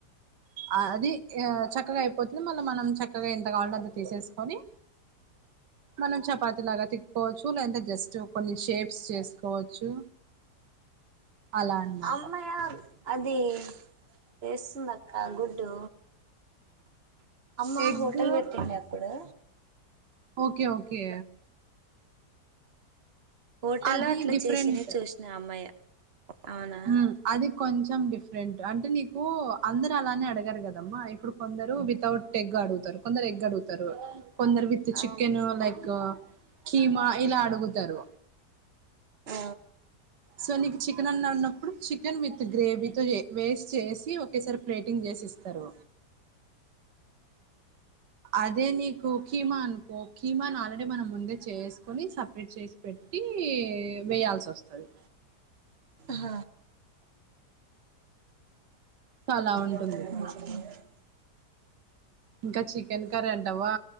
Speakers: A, on the right; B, on the right.
A: అది ఆ చక్కగా అయిపోతది మళ్ళీ మనం చక్కగా ఎంత కావాల అంటె తీసేసుకొని
B: అ
A: మనం చపాతిలాగా తిక్ కోవచ్చు లేదంటే జస్ట్ కొన్ని షేప్స్ చేసుకోవచ్చు. అలా అన్నమాట
B: అమ్మాయ అది వేస్తుందక్క గుడ్డు అమ్మా
A: ఎగ్
B: హోటల్ వెట్టుండే అపుడు
A: ఓకే ఓకే
B: హోటల్లో
A: అది
B: అట్లా
A: డిఫరెంట్
B: చేసింది చూసిన అమ్మాయి అవునా
A: ఊ అది కొంచెం డిఫరెంట్ అంటే నీకు అందరు అలానే అడగారు కదమ్మా ఇప్పుడు కొందరు వితౌట్ ఎగ్ అడుగుతారు కొందరు ఎగ్ అడుగు తరు కొందరు విత్ చికెను
B: అవును
A: లైక్ కీమా ఇలా అడుగుతారు
B: ఆ
A: సో నీకు చికెన్ అన్న ఉన్నప్పుడు చికెన్ మీ గ్రేవీతో చెయ్ వేస్ట్ చేసి ఒకేసారి ప్లేటింగ్ చేసిస్తారు అదే నీకు కిమా అనుకో కీమా అ అంటే మనం ముందే చేసుకొని సపరేట్ చేసి పెట్టి వేయాల్సి వస్తుది
B: హ <inaudible>
A: సో అలా ఉంటుంది ఇంకా చికెన్ కర్రీ అంటావా